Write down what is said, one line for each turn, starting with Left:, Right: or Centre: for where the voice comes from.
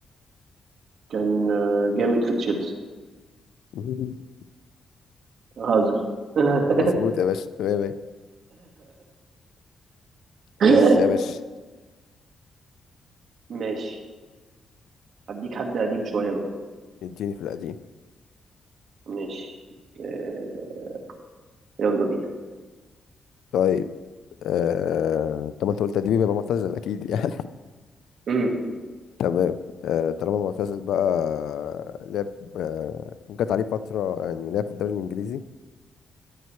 Right: كان آه، جامد في تشيلسي
Left: <coughs> <laughs>
Right: هازارد <coughs>
Left: مظبوط يا باشا يا باشا
Right: <laughs>
Left: يا باشا يا باشا
Right: ماشي هديك حد قديم شوية بقى
Left: اديني في القديم
Right: ماشي آه، يلا بينا
Left: طيب آه... طب ما انت قلت قديم يبقى معتزل اكيد يعني <laughs>
Right: مم.
Left: تمام آه... طالما معتزل بقى لعب آه... جت عليه فترة يعني لعب في الدوري الانجليزي